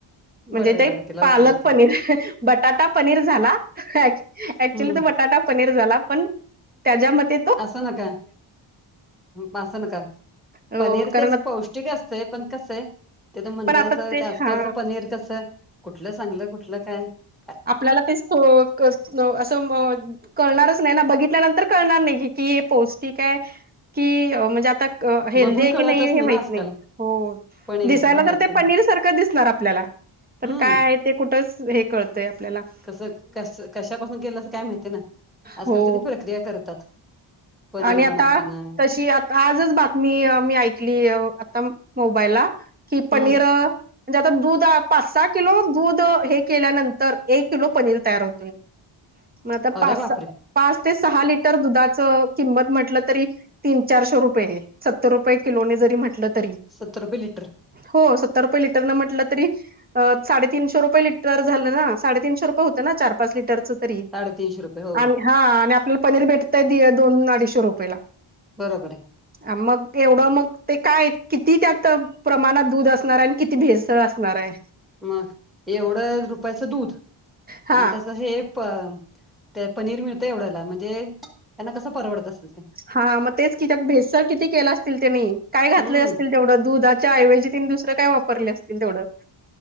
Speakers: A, on the right; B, in the centre.
A: म्हणजे
B: बटाटा
A: तेंअ
B: केला
A: पालकं
B: ओके ओके
A: पनीरं ह्ह्ं बटाटा पनीर झाला. - <inaudible> ऍक्च्युली
B: हम्म
A: तो बटाटां पनीरं झाला. पण त्याच्यामध्यें. -
B: असां नकां बासनकांअ. -
A: अ
B: पनीरअ
A: कारण
B: तेचं पौष्टिंक असतंय पण कसं आहे. - ते तर्ं महणतातसं
A: पण आता ते
B: आजं
A: हा
B: कालचं पनीर कसं कुठलं चांगलं कुठलं कायं?. -
A: आपल्यालाअ तेस्स्ंत म्ंअ असं. - कळणारचं नाही नां बघितल्यानंतर कणारं नाही कींअ हे पौष्टिक आहे, कींअ म्हणजे आतां. - हं हेल्दी
B: बघून
A: आहे
B: कळतच
A: की, नाही हें माहित
B: ना आजकाल
A: नाही हों. -
B: पनीर
A: दिसायला
B: बाहेरचं
A: तरं ते
B: म्हणजे
A: पनीरं सारखं दिसणारं आपल्याला पण
B: हम्म
A: काय? आहे ते कुठं. - हेअ कळतंय आपल्याला. -
B: कसं कसं कशापासून केलं असं काय माहितीय न आजकाल
A: हो
B: किती प्रक्रिया करतात. पनीर
A: आणि आता
B: बनवताना
A: तशी आ- आजच बातमी मी ऐकली आता मोबाईलला कि पनीरं.
B: हम्म
A: म्हणजे आता दूध पाच सा किलो दूध अ हे केल्यानंतर ए किलो पनीर तयार होतोय. म आता
B: अरे
A: पाच
B: बापरे.
A: सा पाच ते सहा लिटर दुधाचं- किंमत म्हटलं तरी तीन चारशे रुपये ए सत्तर रुपये किलोने जरी म्हटलं तरी.
B: सत्तर रुपये लिटर.
A: हो सत्तर रुपये लिटरं न म्हटलं तरी-. आ साडे तीनशे रुपये लिटर झालं ना साडे तीनशे रुपये होतं ना चार पाच लिटरचं. तरी
B: साडेतीनशे रुपये हो
A: आन् हा आणि आपल्याला पनीर भेटतंय दोन अडीचशे रुपयेला.
B: बरोबरे.
A: आ मग तेवढं मग ते काय किती त्यात प्रमाणात दूध असणाराय आणि किती भेस- त असणाराय.
B: मग एवढं रुपयाच दूध
A: हा
B: आणि त्याचं हे प त्यात्- पनीर मिळतं एवढ्याला म्हणजे त्यांना कसं परवडत असंल ते.
A: हा म तेच कि त्यात भेसळ किती केला असतील त्यांनी काय घातले
B: हम्म
A: असतील. तेवढं दुधाच्या ऐवजी तिन् दुसरं काय वापरले असतील तेवढं.